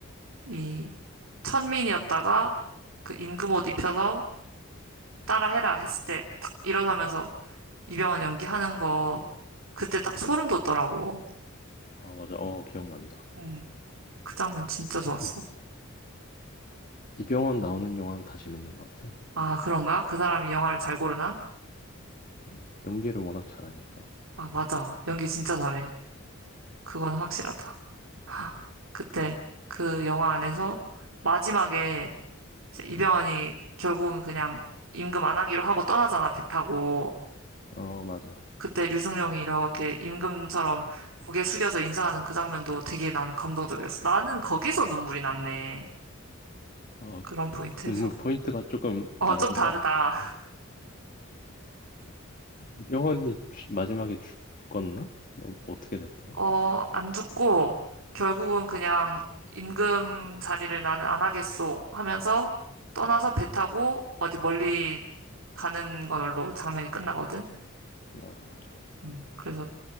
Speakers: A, on the right; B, on the left.
A: 이 역인데 이 천민이었다가 그 임금 옷 입혀서 따라해라 했을 때 딱 일어서면서 이병헌 연기하는 거 그때 딱 소름 돋더라고.
B: 아, 맞아. 어, 기억난다.
A: 응. 그 장면 진짜 좋았어.
B: 이, 이병헌 나오는 영화는 다 재밌는 것 같아.
A: 아, 그런가? 그 사람이 영화를 잘 고르나?
B: 음, 연기를 워낙 잘하니까.
A: 아, 맞아. 연기 진짜 잘해. 그건 확실하다. <gasps> 하, 그때 그 영화 안에서 마지막에 이제 이병헌이 결국은 그냥 임금 안 하기로 하고 떠나잖아, 배 타고.
B: 어, 맞아.
A: 그때 류승룡이 이렇게 임금처럼 고개 숙여서 인사하는 그 장면도 되게 나는 감동적이었어. 나는 거기서 눈물이 났네.
B: 어,
A: 그런 포인트에서.
B: 눈물 포인트가 조금
A: 어,
B: 다르구나.
A: 좀 다르다.
B: 이병헌이 죽- 마지막에 죽었나? 너뭐 어떻게 됐더라?
A: 어, 안 듣고 결국은 그냥 임금 자리를 나는 안 하겠소 하면서 떠나서 배 타고 어디 멀리 가는 걸로 장면이 끝나거든.
B: 아,
A: 음, 그래서